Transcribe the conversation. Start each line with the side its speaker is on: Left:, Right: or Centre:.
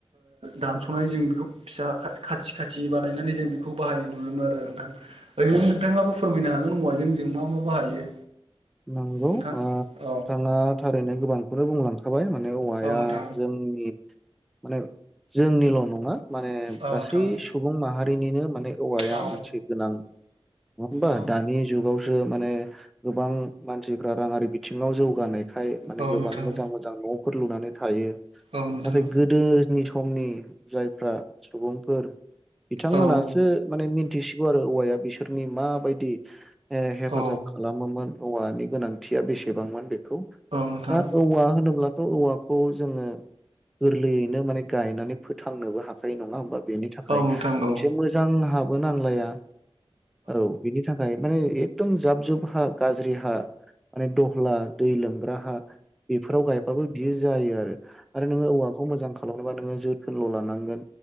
Right: दानस'नानै जों बेखौ फिसा खाथि खाथि बानायनानै जों बेखौ बाहायनाय नुोमोन आरो नोंथां। ओरैनो
Centre: औ
Right: नोंथांनाबो फोरमायनो हागोन ना जों जों मा मा बाहायो।
Centre: नंगौ
Right: नोंथां
Centre: नोंथांङा
Right: औ
Centre: थारैनो गोबांखौनो बुंलांखाबाय माने। औवाया
Right: औ नोंथां
Centre: जोंनि माने जोंनिल' नंङा। माने
Right: औ
Centre: गासै
Right: नोंथां
Centre: सुबुं माहारिनिनो माने। औवाया
Right: औ
Centre: मोनसे गोनां नङा होमबा
Right: औ
Centre: दानि जुगावसो माने गोबां। मानसिफ्रा राङारि बिथिङाव जौगानायखाय माने
Right: औ
Centre: गोबां
Right: नोंथां
Centre: मोजां मोजां न'फोर लुनानै थायो।
Right: औ नोंथां
Centre: नाथाय गोदोनि समनि जायफ्रा सुबुंफोर बिथांमोनासो
Right: औ
Centre: माने मिथिसिगौ आरो औवाया बिसोरनि माबायदि। हेफाजाब
Right: औ
Centre: खालामोमोन औवानि गोनांथिया बेसेबांमोन बेखौ।
Right: नोंथां
Centre: दा औवा होनोब्ला। थ' औवाखौ जोङो गोरलैयैनो माने गायनानै फोथांनोबो हाखायो नङा होमबा बेनि थाखाय
Right: औ नोंथां औ नोंथां औ नोंथां औ नोंथां
Centre: मोनसे
Right: औ
Centre: मोजां हाबो नांलाया औ बिनि थाखाय माने एकदम जाब जुब हा गाज्रि हा माने दहला दै लोमग्रा हा बेफोराव गायबाबो बियो जायो आरो आरो नोङो औवाखौ मोजां खा लामनोबा नोङो जोथोन ल' लानांगोन